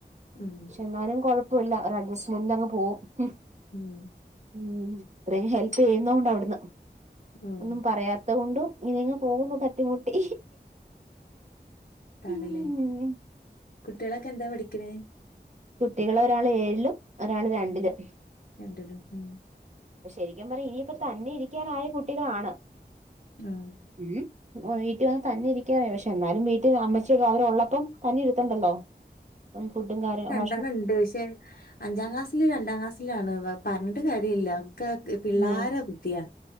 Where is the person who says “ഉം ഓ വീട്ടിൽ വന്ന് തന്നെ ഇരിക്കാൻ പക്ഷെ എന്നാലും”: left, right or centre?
Right